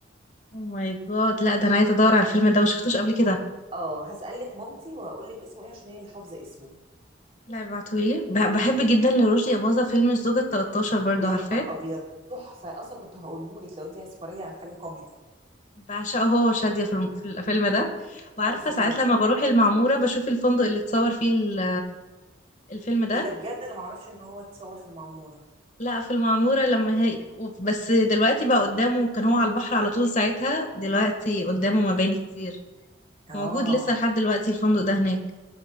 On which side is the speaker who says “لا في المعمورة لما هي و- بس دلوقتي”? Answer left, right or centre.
Left